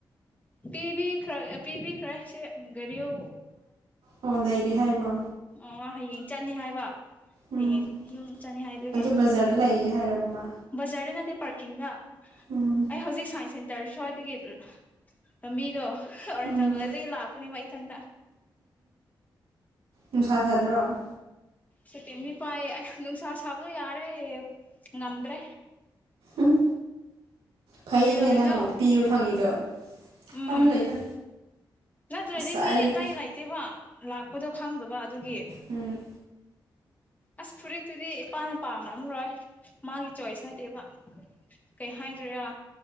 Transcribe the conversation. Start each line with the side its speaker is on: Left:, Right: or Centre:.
Left: ꯄꯕꯤꯈ꯭ꯔ ꯄꯤꯕꯤꯈ꯭ꯔꯦ ꯁꯤ ꯒꯥꯔꯤꯨ
Right: ꯑꯣ ꯂꯩꯔꯤ ꯍꯥꯏꯕ꯭ꯔꯣ
Left: ꯑꯣ ꯍꯌꯦꯡ ꯆꯠꯅꯤ ꯍꯥꯏꯕ
Right: ꯎꯝ
Left: ꯍꯌꯦꯡ ꯌꯨꯝ ꯆꯅꯤ ꯍꯥꯏꯗꯨꯒꯤ
Right: ꯑꯗꯨ ꯕꯖꯥꯔꯗ ꯂꯩꯌꯦ ꯍꯥꯏꯔꯕ ꯃꯥ
Left: ꯕꯖꯥꯔꯗꯅꯗꯤ ꯄꯥꯔꯀꯤꯟꯗ
Right: ꯎꯝ
Left: ꯑꯩ ꯍꯧꯖꯤꯛ ꯁꯥꯏꯟꯁ ꯇꯥꯔ ꯁ꯭ꯋꯥꯏꯗꯒꯤ ꯂꯝꯕꯤꯗꯣ ꯑꯣꯔꯦꯟꯖ
Right: ꯎꯝ
Left: ꯀꯣꯂꯖꯗꯒꯤ ꯂꯥꯛꯄꯅꯤ ꯃꯥ ꯇꯟꯗ
Right: ꯎꯝ ꯊꯗ꯭ꯔꯣ
Left: ꯁꯇꯦꯝꯕꯤ ꯄꯥꯏ ꯑ ꯅꯨꯡꯁꯥ ꯁꯥꯕꯗꯣ ꯌꯥꯔꯦ ꯉꯝꯗ꯭ꯔꯦ
Right: ꯎꯝ ꯐꯩꯅꯦ
Left: ꯀꯩꯗꯧꯔꯤꯅꯣ
Right: ꯅꯪ ꯄꯤꯕ ꯐꯪꯉꯤꯗꯣ
Left: ꯎꯝ
Right: ꯐꯝ ꯂꯩꯗ
Left: ꯅꯠꯇ꯭ꯔꯗꯤ
Right: ꯉꯁꯥꯏꯗꯒꯤ
Left: ꯃꯤ ꯑꯇꯩ ꯂꯩꯇꯦꯕ ꯂꯥꯛꯄꯗꯣ ꯈꯪꯗꯕ ꯑꯗꯨꯒꯤ
Right: ꯎꯝ
Left: ꯑꯁ ꯐꯨꯔꯤꯠꯇꯨꯗꯤ ꯏꯄꯥꯅ ꯄꯥꯝꯅꯝꯔꯣꯏ ꯃꯥꯒꯤ ꯆꯣꯏꯁ ꯅꯠꯇꯦꯕ ꯀꯩ ꯍꯥꯏꯗꯣꯏꯔꯥ